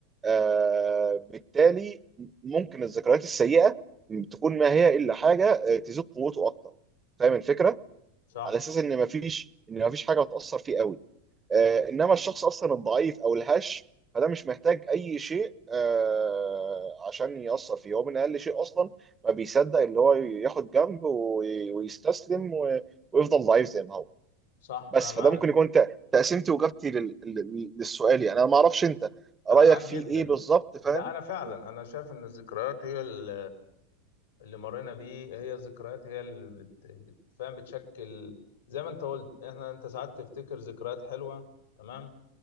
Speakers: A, on the right; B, on the left.
A: آه، بالتالي ممكن الذكريات السيئة تكون ما هي إلا حاجة آه، تزيد قوته أكتر فاهم الفكرة؟
B: صح
A: على أساس إن مفيش إن مفيش حاجة هتأثر فيه قوي آه، إنما الشخص أصلا الضعيف أو الهش فده مش محتاج أي شيء آه، عشان يأثر فيه هو من أقل شيء أصلا ما بيصدق اللي هو ياخد جنب وي- ويستسلم و- ويفضل ضعيف زي ما هو
B: صح
A: بس
B: انا معاك
A: فده ممكن يكون ت- تقسيمتي واجابتي لل... لل- للسؤال يعني انا ما اعرفش انت رايك
B: انا معاك
A: فيه
B: جدا
A: ايه بالظبط فاهم
B: لا انا فعلا
A: م-
B: انا شايف ان الذكريات هي ال اللي مرينا بيه هي الذكريات هي اللي بت... بتفهم بتشكل زي ما انت قلت احنا انت ساعات تفتكر ذكريات حلوة تمام